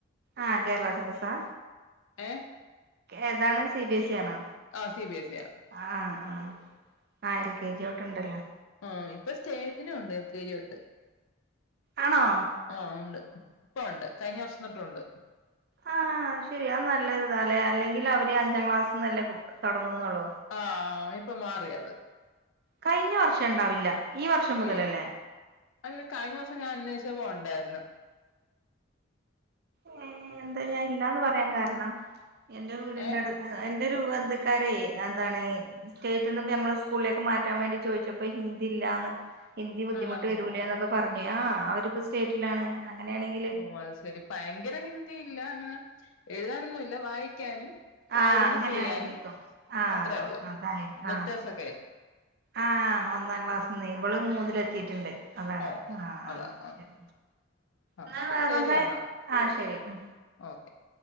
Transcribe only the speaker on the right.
ആഹ് കേരള സിലബസാ
ഏതാണ് സി ബി എ സി ആണോ?
ആഹ് ആഹ് ആഹ് എൽ കെ ജി ട്ട് ണ്ടല്ലോ.
ആണോ?
ആ ഹ ശെരിയാ അഹ് നല്ലരുതാലെ അല്ലെങ്കില് അവര് അഞ്ചാം ക്ലാസ്ന്നല്ലേ ബുക്ക് തൊടങ്ങുന്നുള്ളൂ.
കഴിഞ്ഞ വർഷം ണ്ടാവില്ല ഈ വർഷം
മുതലല്ലേ?
ഏഹ് എന്താ ഞാൻ ഇല്ലാന്ന് പറയാ കാരണം എന്റെ വീടിന്റെ
അട് അ എന്റെ ഒരു ബന്ധുക്കാരെ അഹ് എന്താണ്? സ്റ്റേറ്റന്ന് ഞമ്മള് സ്കൂൾലേക്ക് മാറ്റാൻ വേണ്ടി ചോയ്ച്ചപ്പോ ഹിന്ദി ഇല്ലാന്ന്. ഹിന്ദി ബുദ്ധിമുട്ട്
വെരൂലെ ന്നൊക്കെ പർഞ് ആഹ് അവരിപ്പ സ്റ്റേറ്റിലാണ് അങ്ങനെയാണെങ്കി
ആഹ്
അങ്ങനെ
ആയിരിക്കു ആഹ്
അതായിത്
ആഹ് ആഹ് ഒന്നാം ക്ലാസ്ന്ന് ഇവള് മൂന്നില് എത്തിട്ട്ണ്ട്. അതാണ്
ആഹ്
ശരി
എന്ന വേറെന്ത്
ആഹ് ശെരി ഉം